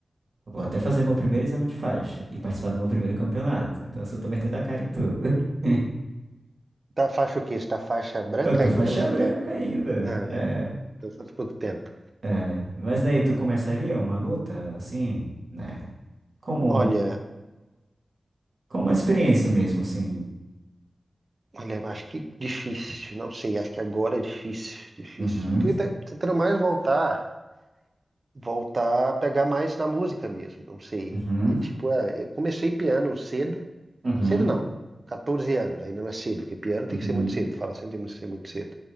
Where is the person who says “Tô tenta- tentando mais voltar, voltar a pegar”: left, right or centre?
Right